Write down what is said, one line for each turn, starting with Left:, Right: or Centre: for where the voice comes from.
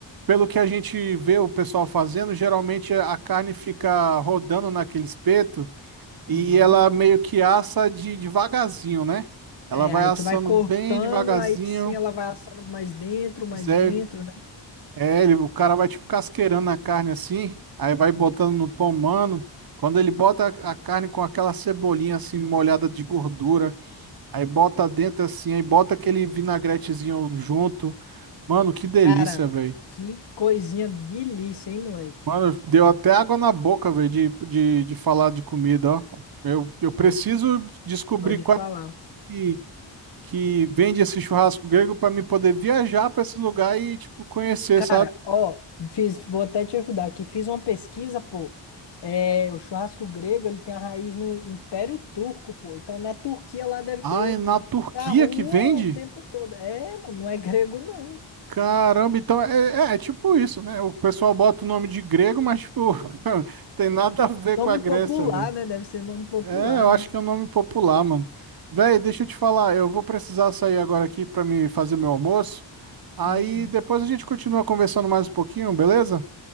Right: pelo que a gente vê o pessoal fazendo, geralmente a carne fica rodando naquele espeto
Left: Aham.
Right: e ela meio que assa de devagarzinho, né? Ela
Left: É,
Right: vai
Left: aí
Right: assando
Left: tu vai cortando,
Right: bem devagarzinho.
Left: aí sim ela vai assando mais dentro, mais
Right: zé.
Left: dentro, né?
Right: É, ele, o cara vai tipo casqueirando a carne assim, aí vai botando no pão, mano. Quando ele bota a a carne com aquela cebolinha assim molhada de gordura, aí bota dentro assim, aí bota aquele vinagretezinho junto. Mano, que delícia,
Left: Cara,
Right: velho.
Left: que coisinha delícia, hein, moleque?
Right: Mano, deu até água na boca, velho, de, de, de falar de comida, ó. Eu, eu preciso
Left: Só
Right: descobrir
Left: só de
Right: qual
Left: falar.
Right: que, que vende esse churrasco grego para me poder viajar para esse lugar e, tipo, conhecer,
Left: Cara,
Right: sabe?
Left: ó, fiz, vou até te ajudar aqui. Fiz uma pesquisa, pô. É, o churrasco grego, ele tem a raiz no Império Turco, pô. Então na Turquia lá deve
Right: Ah,
Left: ter
Right: é na Turquia
Left: na rua
Right: que vende?
Left: o tempo todo. É, mano, não é <laughs> grego, não.
Right: Caramba, então é, é- é tipo isso, né? O pessoal bota o nome de grego, mas tipo, <laughs> tem nada a ver
Left: Nome
Right: com a Grécia,
Left: popular,
Right: velho.
Left: né? Deve ser nome popular,
Right: É, eu
Left: né?
Right: acho que é um nome popular, mano. Velho, deixa eu te falar, eu vou precisar sair agora aqui pra me fazer meu almoço.
Left: Sim,
Right: Aí
Left: sim.
Right: depois a gente continua conversando mais um pouquinho, beleza?